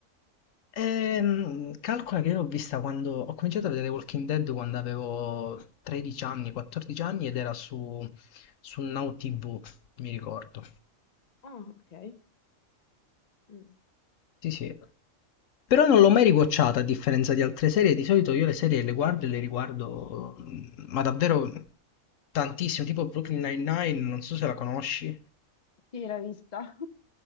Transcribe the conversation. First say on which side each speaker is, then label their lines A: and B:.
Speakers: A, on the left; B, on the left.
A: Ehm, calcola che io l'ho vista quando ho cominciato a vedere Walking Dead quando avevo 13 anni, 14 anni ed era su, su Now TV, mi ricordo.
B: Ah, ok. Mm.
A: Sì, sì. Però non l'ho mai riguardata a differenza di altre serie. Di solito io le serie le guardo e le riguardo, mm, ma davvero tantissimo, tipo Brooklyn Nine-Nine, non so se la conosci.
B: Sì, l'ho vista.